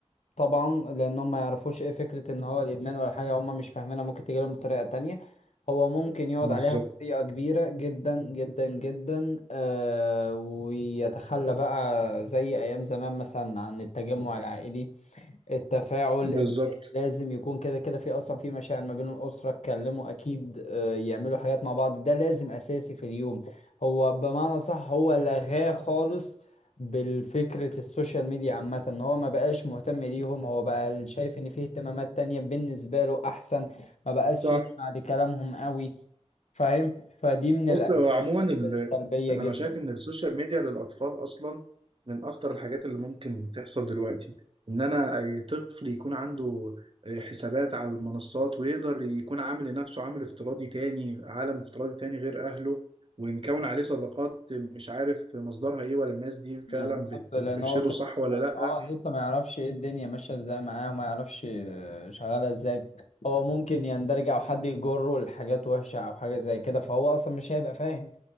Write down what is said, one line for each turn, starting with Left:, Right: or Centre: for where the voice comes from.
Left: طبعا لأن هم ما يعرفوش إيه فكرة إن هو الإدمان ولا حاجة هم مش فاهمينها ممكن تجيلهم بطريقة تانية هو ممكن يقعد
Right: بالظبط
Left: عليها بطريقة كبيرة جدا جدا جدا آه ويتخلى بقى زي أيام زمان مثلا عن التجمع العائلي التفاعل
Right: بالظبط
Left: إن لازم يكون كده كده في اصلا في مشاعر ما بين الاسره اتكلموا اكيد آه، يعملوا حاجات مع بعض ده لازم اساسي في اليوم هو بمعنى صح هو لغاه خالص بالفكرة السوشيال ميديا عامة ان هو ما بقاش مهتم ليهم هو بقى شايف ان فيه اهتمامات تانية بالنسبة له احسن ما بقاش
Right: صح
Left: يسمع لكلامهم قوي فاهم فدي من الأسباب
Right: بص هو عموما ال...
Left: السلبية
Right: انا
Left: جدا
Right: بقى شايف ان السوشيال ميديا للاطفال اصلا من اخطر الحاجات اللي ممكن تحصل دلوقتي ان انا اي طفل يكون عنده آه، حسابات على المنصات ويقدر يكون عامل لنفسه عامل افتراضي تاني عالم افتراضي تاني غير اهله ومكون عليه صداقات مش عارف مصدرها ايه ولا الناس دي
Left: بالظبط
Right: فعلا بت...
Left: لان
Right: بترشده
Left: هو كان
Right: صح ولا لا
Left: اه لسه ما يعرفش ايه الدنيا ماشيه ازاي معاه وما يعرفش آه، شغاله ازاي هو ممكن يندرج او حد
Right: بس.
Left: يجره لحاجات وحشه او حاجه زي كده فهو اصلا مش هيبقى فاهم